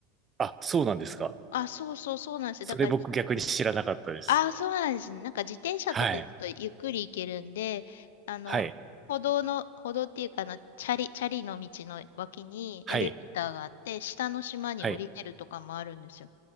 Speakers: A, on the right; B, on the left.
A: あ、そうなんですか。
B: あ、そうそうそうなんですよ。
A: それ僕逆に知らなかったです。
B: だから、あ、そうなんですね。なんか自転車とかだとゆっくり行けるんで、
A: はい。
B: あの、
A: はい。
B: 歩道の、歩道っていうかあの、チャリ、チャリの道の脇にエレベーターがあって、
A: はい。
B: 下の島に降りてるとかもあるんですよ。
A: はい。